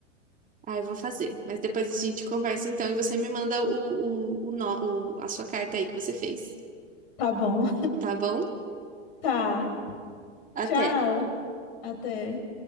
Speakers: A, on the right; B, on the left.
A: Ah, eu vou fazer. Mas depois a gente conversa então e você me manda o, o, o, nó- o- a sua carta aí que você fez.
B: Tá bom,
A: Tá bom?
B: <laughs> tá. Tchau,
A: Até.
B: até.